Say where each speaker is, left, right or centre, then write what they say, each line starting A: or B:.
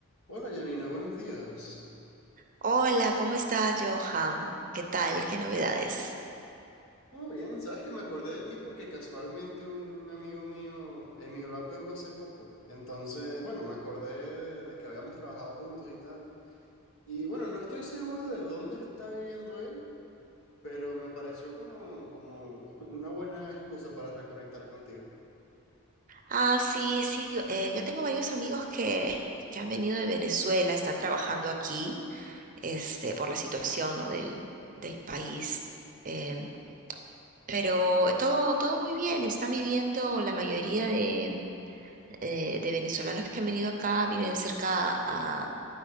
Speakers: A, on the left; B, on the right.
A: Hola Janina, buenos días.
B: Hola, ¿cómo estás, Johan? ¿Qué tal? ¿Qué novedades?
A: Todo bien, sabes que me acordé de ti porque casualmente un amigo mío emigró a Perú hace poco. Entonces, bueno, me acordé de, de que habíamos trabajado juntos y tal. Y bueno, no estoy seguro de dónde está viviendo él, pero me pareció como, como <laughs> una buena excusa para reconectar contigo.
B: Ah, sí, sí, yo, eh, yo tengo varios amigos que, que han venido de Venezuela, están trabajando aquí, este, por la situación, ¿no? del, del país. Em, pero todo, todo muy bien, están viviendo, la mayoría de, eh, de venezolanos que han venido acá viven cerca a,